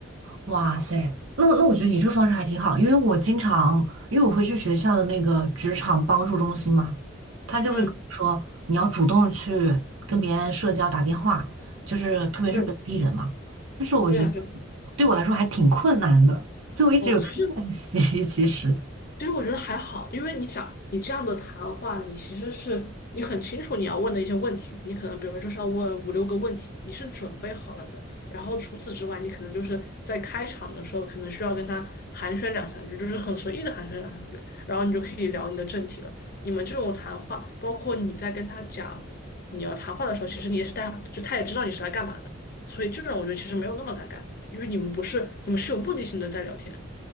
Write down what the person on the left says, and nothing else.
嗯，
对，
对啊，对。
哦，其实
其实我觉得还好，因为你想，你这样的谈话，你其实是你很清楚你要问的一些问题，你可能比如说就是要问五六个问题，你是准备好了的。然后除此之外，你可能就是在开场的时候，可能需要跟他寒暄两三句，就是很随意的寒暄两三句，然后你就可以聊你的正题了。你们这种谈话，包括你在跟他讲你要谈话的时候，其实你也是带，就他也知道你是来干嘛的，所以这种我觉得其实没有那么尴尬，因为你们不是，你们是有目的性的在聊天。